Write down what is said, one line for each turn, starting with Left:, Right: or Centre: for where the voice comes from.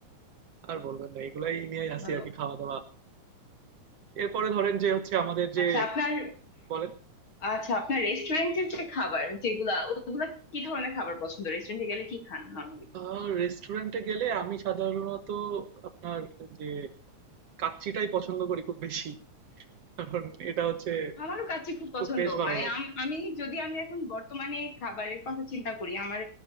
Right: আর বলবেন না এগুলাই নিয়েই
Left: খুব
Right: আছি
Left: ভালো
Right: আরকি খাওয়া দাওয়া। এরপরে ধরেন যে হচ্ছে আমাদের যে
Left: আচ্ছা আপনার
Right: বলেন
Left: আচ্ছা আপনার রেস্টুরেন্টের যে খাবার যেগুলা ওগুলা কি ধরনের খাবার পছন্দ রেস্টুরেন্টে গেলে কি খান নরমালি
Right: আহ রেস্টুরেন্টে গেলে আমি সাধারণত আপনার যে কাচ্চিটাই পছন্দ করি খুব বেশি। কারণ এটা হচ্ছে
Left: আমারও কাচ্চি খুব
Right: খুব
Left: পছন্দ
Right: বেশ ভালো
Left: মানে
Right: লাগে।
Left: আম- আমি যদি আমি এখন বর্তমানে খাবারের কথা চিন্তা করি আমার